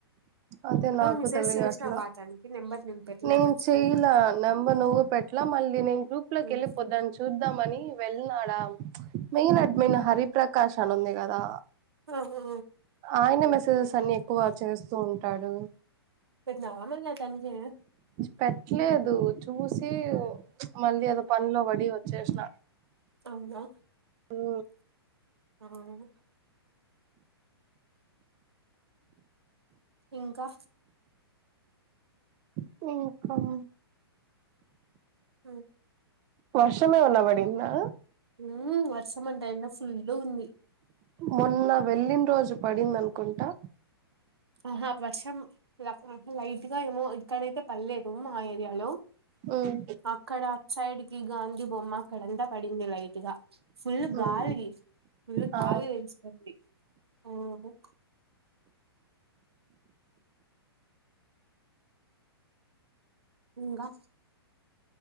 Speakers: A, on the right; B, on the right.
A: అదే నాకు
B: అవును మెసేజ్
A: తెలిదు
B: చేసినావా
A: అట్లా
B: తనకి నెంబర్ పెట్టలే
A: నేను
B: మర్చిపోయినా
A: చెయ్యలా నెంబర్ నువ్వు పెట్లా మళ్ళీ నేను గ్రూప్ లో
B: ఉమ్.
A: వెళ్ళిపోద్దాని చూద్దాంమని వెళ్ ఉన్నాడా మెయిన్ అడ్మెన్ హరిప్రకాష్ చన్ ఉంది కదా
B: ఆహా.
A: ఆయన మెసేజెస్ తన్ని ఎక్కువ చేస్తూ ఉంటాడు
B: పెట్టినవా మల్ల దానికి
A: పెట్టలేదు చూసి మళ్ళీ అదో పనిలో వడి వచ్చేసిన
B: అవునా
A: ఉ
B: అహు అహు ఇంకా
A: శెంకరా
B: ఉ
A: వర్షం ఏమన్నా వాడిందా
B: ఉ వర్షం అంట ఎండ ఫుల్లు ఉంది
A: మొన్న వెళ్ళిన రోజు పడింది అనుకుంటా
B: ఆహా వర్షం లైట్ గా ఏమో ఇక్కడైతే పర్లేదు మా ఏరియాలో
A: ఉమ్,
B: అక్కడ అటు సైడ్ కి గాంధీ బొమ్మా పడింది లైట్ గా ఫుల్
A: ఉమ్,
B: గాలి ఫుల్
A: ఆ
B: గాలి వీలుస్తుంది ఒహో ఇకా